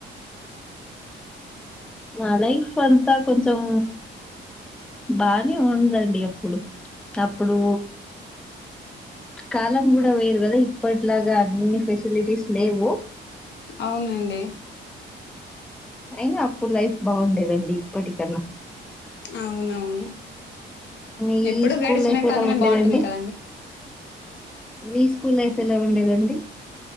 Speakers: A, in the centre; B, on the left (about 60°).
A: మా లైఫ్ అంతా కొంచెం బానే ఉదండి అప్పుడు అప్పుడు కాలం కూడా వేరు కదా ఇప్పట్లాగా అన్ని ఫెసిలిటీస్ లేవు
B: అవునండి
A: అయినా అప్పుడు లైఫ్ బాగుండేదండి ఇప్పటికన్నా
B: అవునవును
A: మీ
B: ఎప్పుడు
A: స్కూల్
B: గడిచిన
A: లైఫ్
B: కాలమే
A: ఎలా ఉండేదండి
B: బాగుంటుంది కదండి
A: మీ స్కూల్ లైఫ్ ఎలా ఉండేదండి